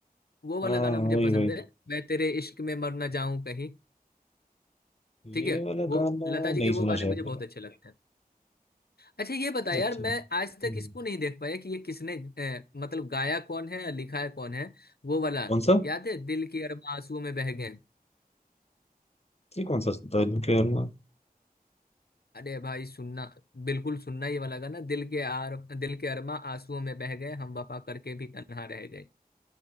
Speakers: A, on the left (about 85°); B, on the left (about 40°).
A: वो वाला
B: हाँ
A: गाना मुझे
B: वही
A: पसंद
B: वही
A: है मैं तेरे इश्क में मर ना जाऊं कहीं ठीक
B: ये
A: है
B: वाला
A: वो
B: गाना
A: लता
B: नहीं
A: जी के वो
B: सुना
A: गाने
B: शायद
A: मुझे
B: मैंने
A: बहुत अच्छे लगते हैं अच्छा ये बता यार
B: अच्छा
A: मैं
B: हम्म।
A: आज तक इसको नहीं देख पाया कि ये किसने अ, मतलब गाया कौन है लिखा है कौन है वो वाला
B: कौन सा
A: याद है दिल के अरमां आंसुओं में बह गए
B: ये कौन सा था?
A: अरे भाई सुनना बिल्कुल सुनना ये वाला गाना दिल के आर दिल के अरमां आंसुओं में बह गए हम वफा करके भी तन्हा रह गए